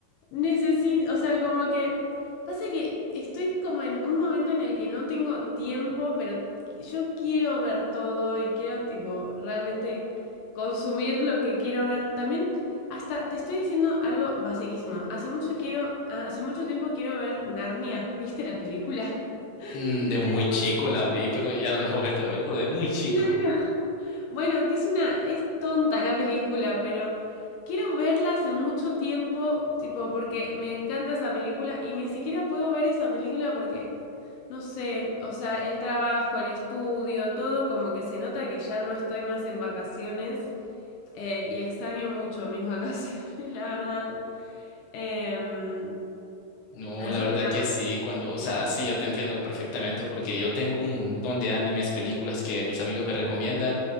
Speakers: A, on the left; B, on the left.
A: necesito, o sea, como que pasa que estoy como en un momento en el que no tengo tiempo, pero yo quiero ver todo y quiero tipo realmente consumir lo que quiero ver. También hasta te estoy diciendo algo basiquísimo. Hace mucho quiero, hace mucho tiempo quiero ver Narnia. ¿Viste la película? <laughs> ¡Qué
B: Mm, De muy
A: re
B: chico la vi, pero ya no la he vuelto a ver, pero de muy chico.
A: larga! Bueno, que es una, es tonta la película, pero quiero verla hace mucho tiempo, tipo, porque me encanta esa película y ni siquiera puedo ver esa película porque, no sé, o sea, el trabajo, el estudio, todo como que se nota que ya no estoy más en vacaciones eh, y extraño mucho mis <laughs> vacaciones, la verdad. Em,
B: No,
A: así
B: la verdad
A: que nada.
B: que sí, cuando, o sea, sí, yo te entiendo perfectamente porque yo tengo un montón de animes, películas que mis amigos me recomiendan,